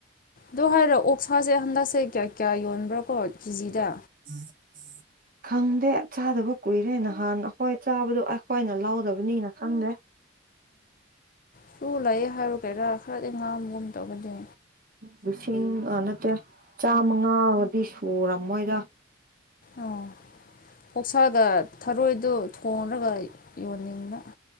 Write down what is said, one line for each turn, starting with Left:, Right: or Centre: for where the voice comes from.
Left: ꯗꯍꯔ ꯁꯥꯁꯦ ꯍꯟꯗꯛꯁꯦ ꯀꯌꯥ ꯀꯌꯥ ꯌꯣꯟꯕ꯭ꯔꯥ ꯀꯣ ꯀꯦꯖꯤꯗ
Right: ꯎꯝ ꯈꯪꯗꯦ ꯆꯥꯗꯕ ꯀꯨꯏꯔꯦ ꯅꯍꯥꯟ ꯑꯩꯈꯣꯏ ꯆꯥꯕꯗꯣ ꯑꯩꯈꯣꯏꯅ ꯂꯧꯥꯎꯗꯕꯅꯤꯅ ꯈꯪꯗꯦ
Left: ꯁꯨ ꯂꯩꯌꯦꯦ ꯍꯥꯏꯔꯨꯒꯩꯔꯥ ꯈꯔꯗꯤ ꯉꯥꯡꯕꯒꯨꯝ ꯇꯧꯒꯗꯤ
Right: ꯂꯤꯁꯤꯡ ꯅꯠꯇ꯭ꯔꯦ ꯆꯥꯃꯉꯥꯗꯤ ꯁꯨꯔꯝꯃꯣꯏꯗ
Left: ꯑꯣ ꯄꯧꯁꯥꯒ ꯊꯔꯣꯏꯗꯨ ꯊꯣꯡꯉꯒ ꯌꯣꯟꯅꯤꯡꯅ